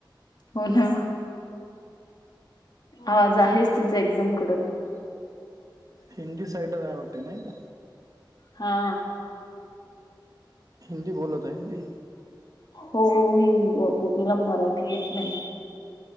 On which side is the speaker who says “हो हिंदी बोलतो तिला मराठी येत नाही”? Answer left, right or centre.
Left